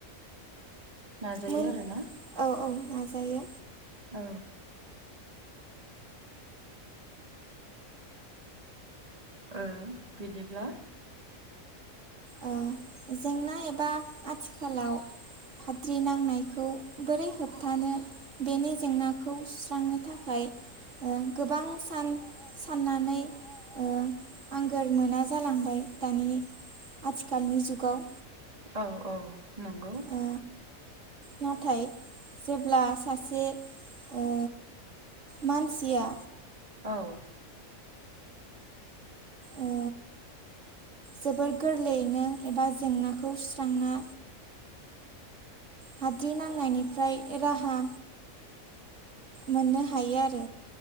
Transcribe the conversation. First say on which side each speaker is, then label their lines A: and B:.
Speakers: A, on the right; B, on the right.
A: नाजायो
B: मोन
A: आरो ना
B: औ औ नाजायो।
A: औ ओ बिदिब्ला
B: ओ जेंना एबा आथिखालाव हाद्रि नांनायखौ बोरै होबथानो बेनि जेंनाखौ सुस्रांनो थाखाय। गोबां सान साननानै ओ आंगोर मोना जालांबाय दानि आथिखालनि जुगाव
A: औ औ नंगौ
B: ओ नाथाय जेब्ला सासे ओ मानसिया।
A: औ
B: ओ जोबोर गोरलैयैनो एबा जेंनाखौ सुस्रांना हाद्रि नांनायनिफ्राय राहा मोननो हायो आरो